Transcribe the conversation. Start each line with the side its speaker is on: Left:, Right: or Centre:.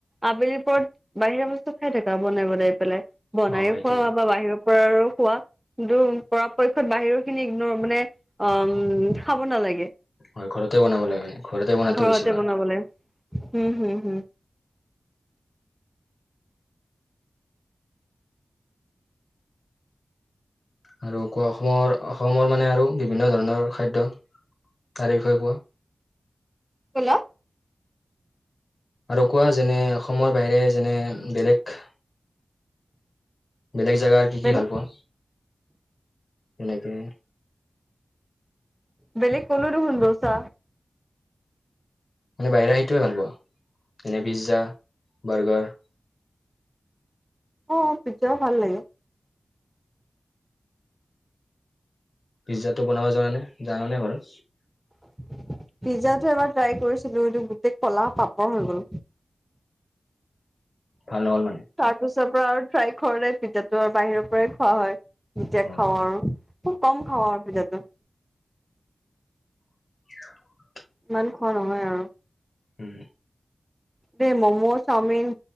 Centre: আবেলি পৰত বাহিৰা বস্তু খাই থাকা বনাই বনাই পেলাই বনায়ো
Left: অ এইটো
Centre: খোৱা
Left: হয়
Centre: বা বাহিৰৰ পৰা আৰু খোৱা কিন্তু পৰাপক্ষত বাহিৰৰ খিনি ইগনৰ মানে অ খাব নালাগে ঘৰতে
Left: হয় বনাব লাগে মানে বনাতো হৈছে ভাল
Centre: বনাবলৈ হম হম হম
Left: আৰু কোৱা অসমৰ অসমৰ মানে আৰু বিভিন্ন ধৰণৰ খাদ্য তাৰ বিষয়ে কোৱা।
Centre: কি কলা
Left: আৰু কোৱা যেনে অসমৰ বাহিৰে যেনে বেলেগ বেলেগ জেগাৰ কি
Centre: বেলেগ
Left: কি ভাল পোৱা তেনেকে
Centre: বেলেগ কলোঁ দেখোন বচা
Left: মানে বাহিৰা সেইটোৱে ভাল পা যেনে পিজ্জা বাৰ্গাৰ
Centre: আঁহ পিজ্বাও ভাল লাগে।
Left: পিজ্জাটো বনাব জান নে জানা নে ঘৰত
Centre: <inaudible> পিজ্জাটো এবাৰ ট্ৰাই কৰিছিলো এইটো গোটেই কলাহ পাপৰ হৈ গল
Left: ভাল নহ'ল মানে
Centre: তাৰপিছৰ পৰা আৰু ফ্ৰাই কৰালে পিজ্জাটো আৰু বাহিৰৰ পৰাই খোৱা হয় এতিয়া
Left: হয়
Centre: খাওঁ আৰু খুব কম খাও পিজ্জাটো।
Left: <unintelligible> <unintelligible>
Centre: ইমান খোৱা নহয় আৰু
Left: হম
Centre: দেই ম'ম' চাওমিন